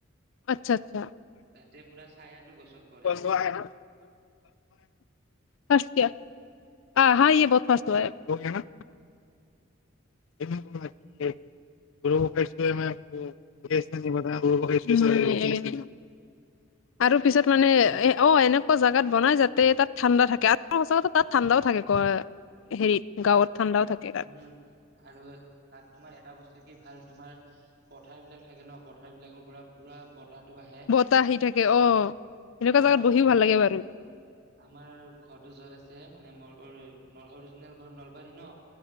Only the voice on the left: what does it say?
আচ্ছা আচ্ছা
ওৱাহেনা
ফাছতিয়া হা হা ইয়ে বহুত ফাস্ট হুৱা হেয় হো গয়া না <unintelligible> <unintelligible>
আৰু পিছত মানে এ অ এনেকুৱা জাগাত বনাই যাতে তাত ঠাণ্ডা থাকে আৰু সঁচা কথা তাত ঠাণ্ডাও থাকে ক হেৰিত গাঁৱত ঠাণ্ডাও থাকে তাত
বতাহ আহি থাকে অ সেনেকুৱা
জাগাত বহিও
ভাল লাগে বাৰু